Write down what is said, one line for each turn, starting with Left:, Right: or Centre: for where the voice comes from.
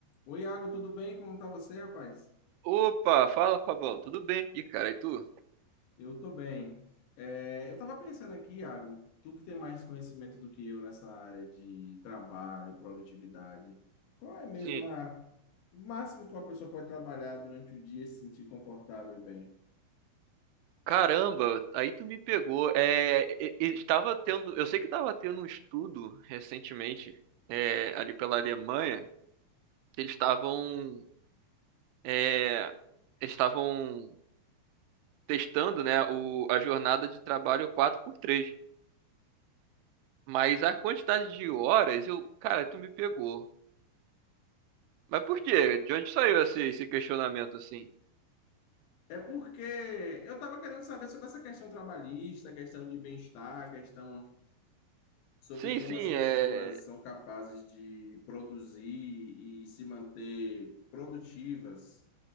Left: Oi, Iago, tudo bem? Como tá você, rapaz?
Right: Opa, fala Fabão, tudo bem? E cara, e tu?
Left: Eu tô bem. É, eu tava pensando aqui, Iago, tu que tem mais conhecimento do que eu nessa área de trabalho, produtividade, qual é mesmo
Right: Sim.
Left: a- o máximo que uma pessoa pode trabalhar durante o dia e se sentir confortável e bem?
Right: Caramba, aí tu me pegou. É, e- e- estava tendo, eu sei que estava tendo um estudo recentemente, é, ali pela Alemanha, que eles estavam, é, eles estavam testando, né, o, a jornada de trabalho quatro por três. Mas a quantidade de horas, eu, cara, tu me pegou. Mas por quê? De onde saiu esse, esse questionamento assim?
Left: É porque eu tava querendo saber sobre essa questão trabalhista, questão de bem-estar, questão sobre
Right: Sim,
Left: como
Right: sim,
Left: as pessoas
Right: é,
Left: são capazes de produzir e se manter produtivas